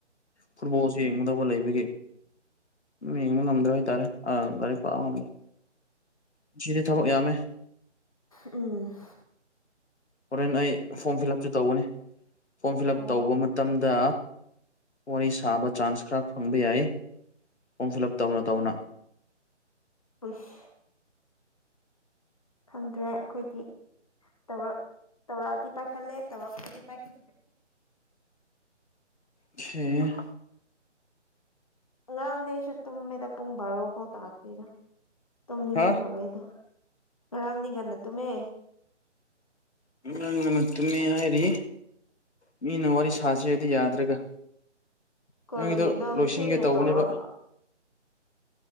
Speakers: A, on the left; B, on the left.
A: ꯐꯨꯠꯕꯣꯜꯁ ꯌꯦꯡꯒꯗꯧꯕ ꯂꯩꯕ ꯌꯦꯡꯕ ꯉꯝꯗ꯭ꯔꯣ ꯍꯥꯏꯇꯥꯔꯦ ꯑ ꯂꯥꯏꯔꯤꯛ ꯄꯥꯛ ꯉꯝꯗ꯭ꯔ ꯉꯁꯤꯗꯤ ꯊꯕꯛ ꯌꯥꯝꯃꯦ
B: ꯎꯝ
A: ꯍꯣꯔꯦꯟ ꯑꯩ ꯐꯣꯔꯝ ꯐꯤꯜ ꯎꯞꯁꯨ ꯇꯧꯒꯅꯤ ꯐꯣꯔꯝ ꯐꯤꯜ ꯎꯞ
B: ꯑꯣ
A: ꯇꯧꯕ ꯃꯇꯝꯗ ꯋꯥꯔꯤ ꯁꯥꯕ ꯆꯥꯟꯁ ꯈꯔ ꯐꯪꯕ ꯌꯥꯏ ꯐꯣꯝ ꯐꯤꯜ ꯑꯞ ꯇꯧꯅ ꯇꯧꯅ
B: ꯈꯨꯁ ꯈꯪꯗ꯭ꯔꯦ ꯑꯩꯈꯣꯏꯒꯤ ꯇꯧ ꯇꯧꯔꯥꯗꯄꯥ ꯈꯂ ꯇꯧ ꯐꯄꯥ ꯈꯦ
A: ꯁꯤꯦ
B: ꯉꯔꯥꯡꯗꯤ ꯑꯩꯁꯨ ꯇꯨꯝꯃꯦꯗ ꯄꯨꯡ ꯕꯥꯔꯣꯐꯥꯎ ꯇꯥꯗꯦꯗ ꯇꯨꯝꯅꯤꯡꯈ꯭ꯔꯕꯦꯗꯣ
A: ꯍꯥ
B: ꯉꯔꯥꯡꯗꯤ ꯉꯟꯅ ꯇꯨꯝꯃꯦ
A: ꯑꯥꯡ ꯉꯂ ꯇꯨꯝꯃꯤ ꯍꯥꯏꯔꯤ ꯃꯤꯅ ꯋꯥꯔꯤ ꯁꯥꯁꯤ ꯍꯥꯏꯗꯤ ꯌꯥꯗ꯭ꯔꯒ
B: ꯀꯔꯤ
A: ꯑꯩꯗꯣ
B: ꯅꯪ
A: ꯂꯣꯏꯁꯤꯟꯒꯦ
B: ꯊꯦꯡꯅ
A: ꯇꯧꯕꯅꯦꯕ
B: ꯇꯧꯔꯒ